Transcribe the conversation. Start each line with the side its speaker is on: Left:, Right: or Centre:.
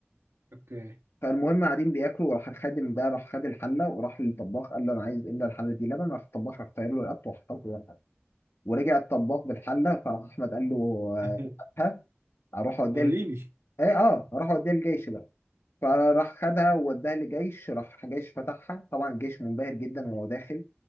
Right: أوكي
Left: فالمهم قاعدين بياكلوا وراح الخادم ده راح خد الحله وراح للطباخ قال له انا عايز املى الحله دي لبن راح الطباخ راح طاير له رقبته وحط له جوه الحله ورجع الطباخ بالحله فراح احمد قال له آه،
Right: <laughs>
Left: هاتها اروح اوديها
Right: وريني
Left: ل- ايه اه اروح اوديها للجيش بقى فراح خدها ووداها للجيش راح الجيش فتحها طبعا الجيش منبهر جدا وهو داخل